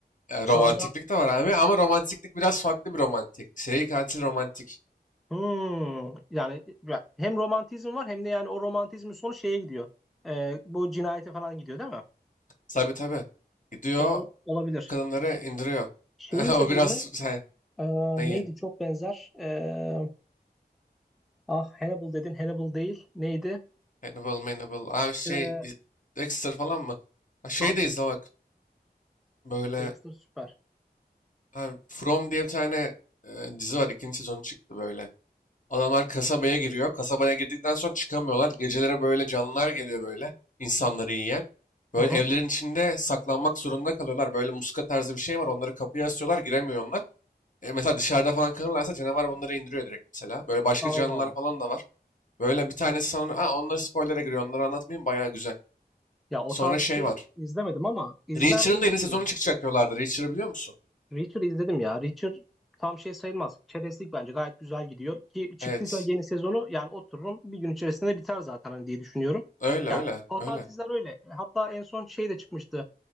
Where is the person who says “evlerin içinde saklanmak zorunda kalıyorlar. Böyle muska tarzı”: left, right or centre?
Left